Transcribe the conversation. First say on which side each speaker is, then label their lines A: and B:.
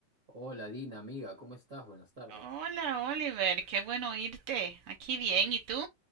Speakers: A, on the right; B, on the right.
A: Hola Dina, amiga, ¿cómo estás? Buenas tardes.
B: Hola, Oliver, qué bueno oírte. Aquí bien, ¿y tú?